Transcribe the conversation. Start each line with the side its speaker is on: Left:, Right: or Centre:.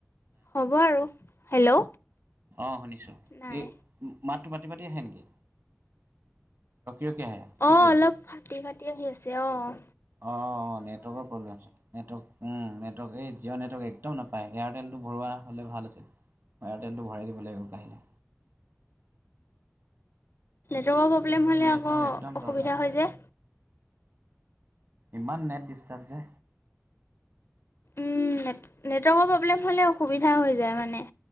Left: হ'ব আৰু হেল্ল'।
Right: অ', শুনিছো
Left: নাই
Right: এই মাতটো পাতি পাতি আহে নেকি? ৰখি আহে নেকি?
Left: অ', অলপ ফাটি ফাটি আহি আছে অ',
Right: অ', নেটৱৰ্কৰ প্ৰব্লেম হৈছে নেটৱৰ্ক উম, নেটৱৰ্ক এই জিঅ' নেটৱৰ্ক একদম নাপায় এয়াৰটেলটো ভৰোৱা হলে ভাল আছিল। এয়াৰটেলটো ভৰাই দিব লাগিব কাহিলে।
Left: নেটৱৰ্কৰ প্ৰব্লেম হ'লে
Right: নেটৱৰ্ক
Left: আকৌ
Right: একদম প্ৰব্লেম।
Left: অসুবিধা হৈ যে
Right: ইমান নেট ডিষ্টষ্টাৰ্ব যে।
Left: উম, নে নেটৱৰ্কৰ প্ৰব্লেম হ'লে অসুবিধা হৈ যায় মানে।